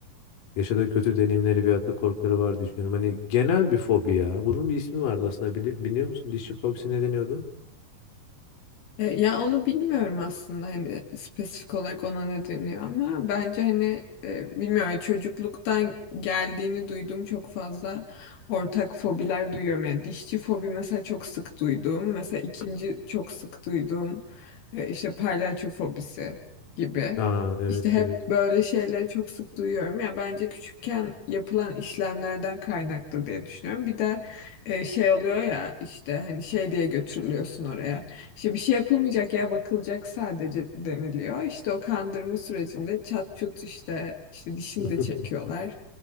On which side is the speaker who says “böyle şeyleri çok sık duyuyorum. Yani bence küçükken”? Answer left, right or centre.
Left